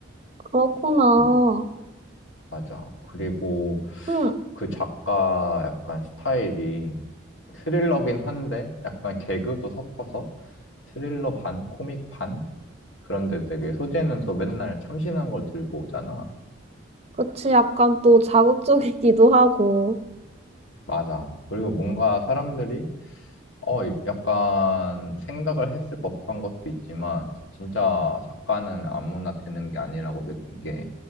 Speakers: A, on the right (about 30°); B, on the left (about 70°).
A: 그렇구나.
B: 음, 맞아. 그리고
A: 응.
B: 그 작가 약간 스타일이 스릴러긴 한데 약간 개그도 섞어서 스릴러 반, 코믹 반? 그런데 되게 소재는 또 맨날 참신한 걸 들고 오잖아.
A: 그치, 약간 또 자극적이기도 하고.
B: 맞아. 그리고 뭔가 사람들이, 어, 약간 생각을 했을 법한 것도 있지만, 진짜 작가는 아무나 되는 게 아니라고 느낀 게,